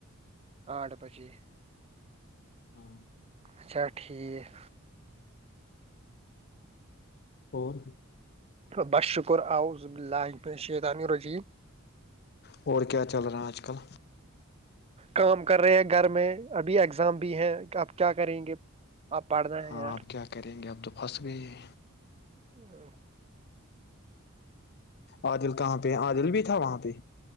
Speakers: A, on the right; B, on the left.
A: آٹھ بجے
B: ہاں
A: اچھا ٹھیک
B: اور
A: بس شکر عذلہ پ شیطانی رضی
B: اور کیا چل رہا ہے اج کل
A: کام کر رہے ہیں گھر میں ابھی اگزام بھی ہے آپ کیا کریں گے اب پڑھنا
B: ہاں
A: ہے یار
B: آپ کیا کریں گے اب تو پھنس گئے
A: ہ
B: عادل کہاں پہ عادل بھی تھا وہاں پہ